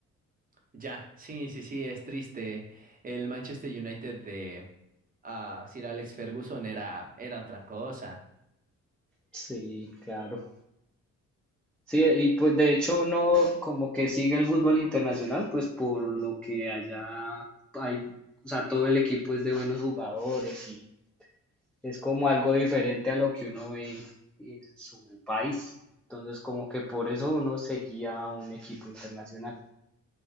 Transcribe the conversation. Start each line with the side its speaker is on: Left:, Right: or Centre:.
Right: Ya, sí, sí, sí, es triste. El Manchester United de ah, Sir Alex Ferguson era, era otra cosa.
Centre: Sí, claro. Sí, y pues de hecho uno como que sigue el fútbol internacional, pues por lo que allá hay, o sea, todo el equipo es de buenos jugadores y es como algo diferente a lo que uno ve en su país. Entonces como que por eso uno seguía a un equipo internacional,